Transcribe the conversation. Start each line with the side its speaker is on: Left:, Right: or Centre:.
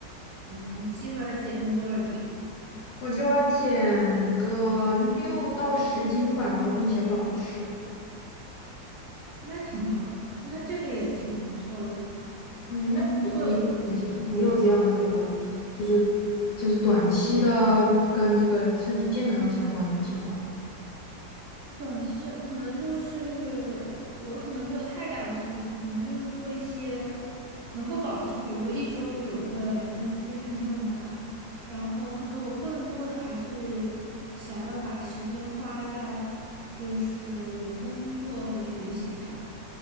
Right: 你你计划减重多少斤啊？
Left: 我计划减个六到十斤吧，然后并且保持。
Right: 那挺好的，那这个也挺不错的。
Left: 嗯，
Right: 嗯，
Left: 那你你这些吗？
Right: 如果
Left: 你有这样的这个，就是就是短期的跟这个身体健康相关的计划。
Right: 短期是可能就是我可能没有太大的诉求，可能就是做一些能够保持，比如说一周有个两三次的运动吧。然后可能我更多的还是想要把时间花在就是工作和学习上，